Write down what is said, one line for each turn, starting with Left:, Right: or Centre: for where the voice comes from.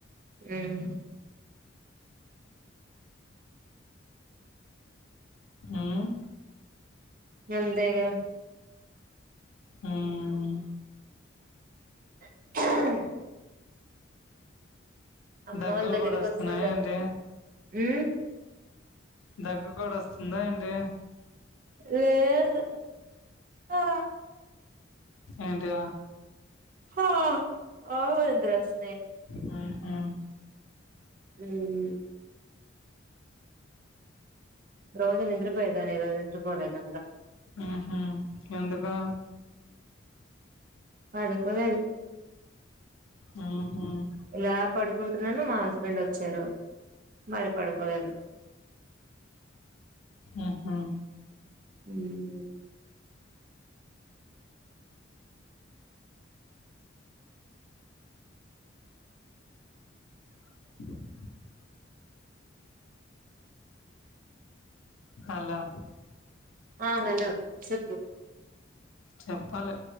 Right: ఉమ్
Left: ఊమ్
Right: అంతేగా
Left: ఉమ్
Right: <inaudible> అమ్మ
Left: దగ్గులు
Right: వాళ్ళ దగ్గరికి
Left: కూడా వస్తున్నాయ
Right: వచ్చుంటారు
Left: ఏంటి
Right: ఉమ్
Left: దగ్గు కూడా వస్తుందా ఏంటి
Right: లేదు ఆ
Left: ఏంటిదా
Right: హ అవలింతలోస్
Left: ఉహూ
Right: ఊమ్ రోజు నిద్రపోయేదాన్ని ఈరోజు నిద్రపోలేదండి
Left: ఉహు ఎందుకు
Right: పడుకోలేదు
Left: మ్మ్ హ్మ్
Right: ఇలా పడుకుంటున్నాను మా హస్ స్బెండ్ వచ్చాడు మళ్ళి పడుకోలేదు
Left: ఉహూ
Right: ఊమ్
Left: <inaudible> హలో
Right: ఆ హలో చెప్పు
Left: చెప్పాలే